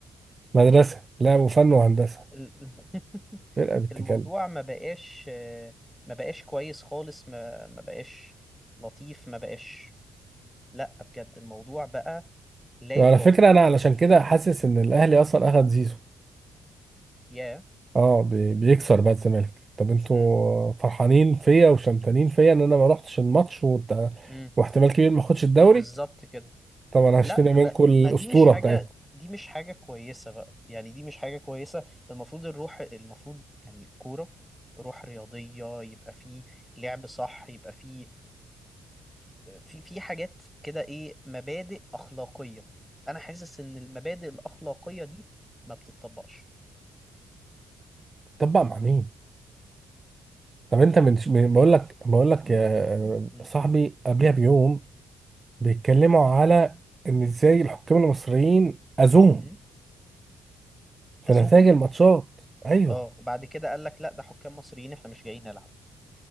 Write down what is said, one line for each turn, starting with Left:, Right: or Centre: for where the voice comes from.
Right: مدرسة لا وفن وهندسة
Centre: ال- <laughs>
Right: فرقة بتتكلم
Centre: الموضوع ما بقاش آه، ما بقاش كويس خالص ما ما بقاش لطيف ما بقاش لا بجد الموضوع بقى لا
Right: وعلى
Centre: يطاق
Right: فكرة أنا علشان كده حاسس إن الأهلي أصلا أخد زيزو
Centre: يا
Right: أه بي- بيكسر بقى الزمالك طب أنتوا
Centre: امم
Right: فرحانين فيا وشمتانين فيا إن أنا ما روحتش الماتش وبتاع
Centre: امم
Right: واحتمال كبير ما آخدش الدوري
Centre: بالظبط كده
Right: طب أنا هشتري
Centre: لا ما
Right: منكم الأسطورة
Centre: ما دي مش حاجة
Right: بتاعتكم
Centre: دي مش حاجة كويسة بقى يعني دي مش حاجة كويسة المفروض الروح المفروض يعني الكورة روح رياضية يبقى فيه لعب صح يبقى فيه في في حاجات كده ايه مبادئ أخلاقية أنا حاسس إن المبادئ الأخلاقية دي ما بتطبقش
Right: طب بقى مع مين؟ طب أنت من من- بقول لك بقول لك يا
Centre: م-
Right: صاحبي قبلها بيوم بيتكلموا على إن إزاي الحكام المصريين أذوهم
Centre: م-
Right: في
Centre: أذوهم
Right: نتائج الماتشات أيوه
Centre: اه وبعد كده قال لك لا ده حكام مصريين احنا مش جايين نلعب